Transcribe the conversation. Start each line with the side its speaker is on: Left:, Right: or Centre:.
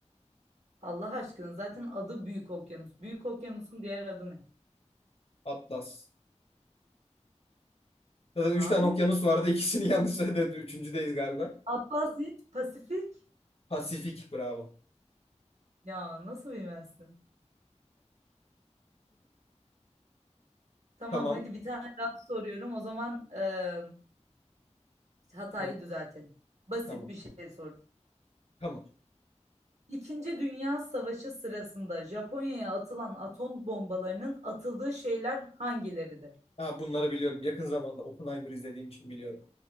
Right: Allah aşkına zaten adı Büyük Okyanus. Büyük Okyanus'un diğer adı ne?
Left: Atlas. Zaten
Right: Hayır.
Left: üç tane okyanus vardı. İkisini <laughs> yanlış söyledim. Üçüncüdeyiz galiba.
Right: Atlasya, Pasifik.
Left: Pasifik. Bravo.
Right: Ya nasıl bilmezsin? Tamam
Left: Tamam.
Right: hadi bir tane daha soruyorum. O zaman e, hatayı
Left: Hı,
Right: düzeltelim. Basit
Left: tamam.
Right: bir şey sorayım.
Left: Tamam.
Right: İkinci Dünya Savaşı sırasında Japonya'ya atılan atom bombalarının atıldığı şehirler hangileridir?
Left: Ha, bunları biliyorum. Yakın zamanda Oppenheimer izlediğim için biliyorum.